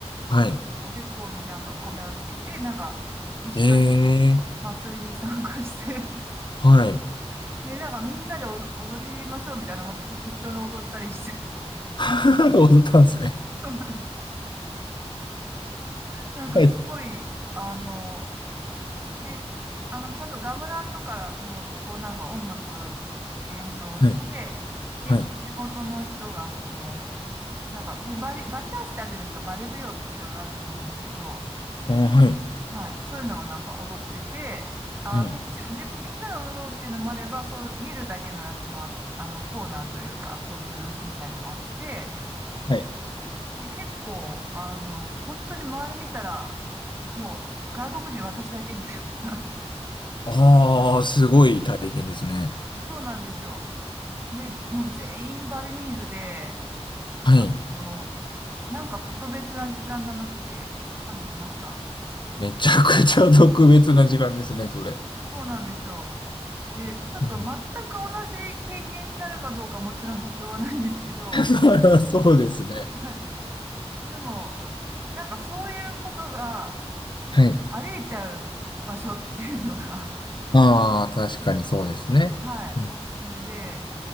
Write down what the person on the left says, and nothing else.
はい。
ええ
ー。はい。
<laughs> 踊ったんですね。
はい。
はい。
はい。
あー、はい。
はい。
はい。
ああ、すごい体験ですね。
はい。
めちゃくちゃ特別な時間ですね、それ。
うん <laughs> そりゃ <laughs> そうですね。
はい。
ああ、
確かにそうですね。
うん。